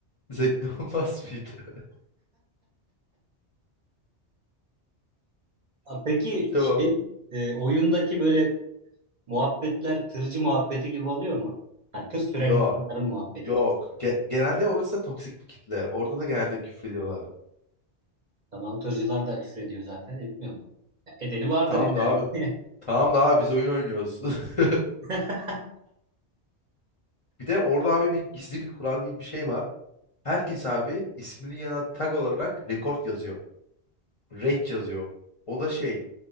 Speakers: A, on the left (about 40°); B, on the right (about 50°).
A: Zevkli olmaz mıydı? <laughs>
B: Ha, Peki
A: Tamam.
B: şey e, oyundaki böyle Muhabbetler tırcı muhabbeti gibi oluyor mu? Ha, tır süren
A: Yok.
B: insanların muhabbeti
A: Yok.
B: gibi.
A: Ge- genelde orası da toksik bir kitle. Orada da genelde küfrediyorlar.
B: Tamam tırcılar da küfür ediyor zaten etmiyor mu? Ya, edeni vardır
A: Tamam
B: illa
A: da abi.
B: ki.
A: Tamam da abi biz oyun oynuyoruz. <laughs>
B: <laughs>
A: Bir de orada abi bir gizli bir kural gibi bir şey var. Herkes abi isminin yanına tag olarak rekord yazıyor. Rate yazıyor. O da şey